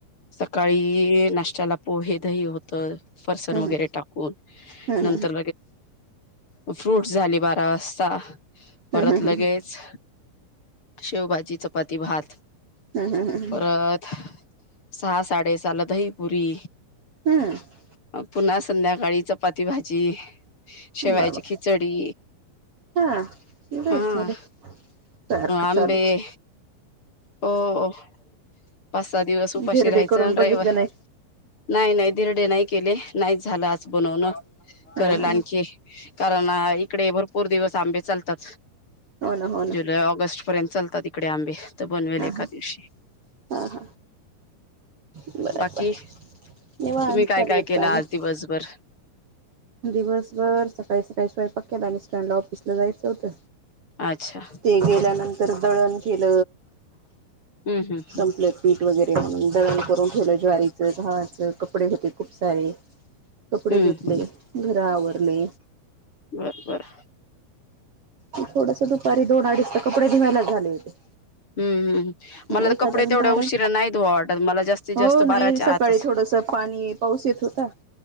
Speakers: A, on the left; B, on the right.
A: सकाळी नाष्ट्याला पोहे दही होत तर फरसन
B: हम्म
A: वगैरे टाकून
B: हम्म
A: नंतर फ्रूटस झाले बारा वाजता.
B: हम्म
A: परत
B: हम्म
A: लगेच शेवभाजी, चपाती, भात
B: ह ह ह ह
A: परत सहा साडे सहाला दहीपुरी.
B: हम्म
A: अ पुन्हा संध्याकाळी चपाती भाजी शेवायची
B: बाबा
A: खिचडी
B: हा लयच
A: हा
B: झाल सारख चालुच
A: आंबे हो. पाच सात दिवस उपाशी
B: धिरडे
A: राहायचं
B: करून बघितलं
A: रयावार
B: नाही
A: नाही नाही धिरडे नाही केले नाहीच झालं आज बनवण. करल
B: हा हा
A: आणखी कारण अ इकडे भरपूर दिवस आंबे चालतात.
B: हो ना हो ना
A: जुलै ऑगस्ट पर्यंत चाल तिकडे आंबे त बनवेल
B: हा
A: एका
B: हा
A: दिवशी
B: हा हा बर
A: बाकी,
B: बर निवांत
A: तुम्ही काय
B: चालू
A: काय
B: आहेत
A: केलं
B: कामं
A: आज दिवसभर
B: दिवसभर सकाळी सकाळी स्वयंपाक केला मिस्टरांना सरांना ऑफिसला जायचं होतं.
A: अच्छा
B: ते गेल्या नं तर दळण केल.
A: हम्म हम्म
B: संपलेत पीठ वगै <unintelligible> दळण करून ठेवलं ज्वारी <unintelligible> कपडे होते खूप सारे कपडे
A: हम्म हम्म
B: धुतले. घर आवरले.
A: बरं बरं
B: थोडसं दुपारी दोन अडीच ला कपडे धुवायला झाले होते.
A: हम्म हम्म मला
B: मग एखादा
A: तर कपडे
B: मिनिट
A: तेवढ्या
B: आराम
A: उशीरा नाही धुवा वाटत मला जास्तीत
B: हो
A: जास्त
B: नाही
A: बाराच्या
B: सकाळी
A: आतच
B: थोडस पाणी पाऊस येत होता.